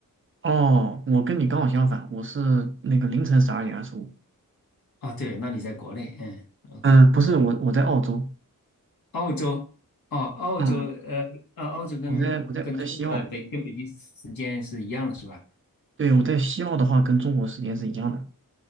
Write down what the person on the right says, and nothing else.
哦，我跟你刚好相反，我是那个凌晨十二点二十五。
嗯，不是，我我在澳洲。
嗯，
我在我在我在西澳。
对，我在西澳的话，跟中国时间是一样的。